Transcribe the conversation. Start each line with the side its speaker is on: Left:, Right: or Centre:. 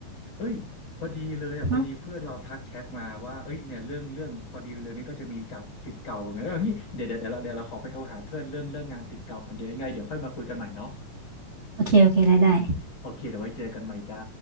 Left: เอ้ยพอดีเลยอ่ะพอดีเพื่อนเราทักแชทมาว่าเอ้ยเนี่ยเรื่องเรื่องพอดีเร็วๆนี้ก็จะมีจัดศิษย์เก่าเหมอนกันเงี้ยเอองี้เดี๋ยวเดี๋ยวเดี๋ยวเราเดี๋ยวเราขอไปโทรหาเพื่อนเรื่องเรื่องงานศิษย์เก่าก่อนเดี๋ยวยังไงเดี๋ยวค่อยมาคุยกันใหม่เนาะ
Right: อืมโอเคโอเคได้ได้
Left: โอเคเดี๋ยวไว้เจอกันใหม่จ้า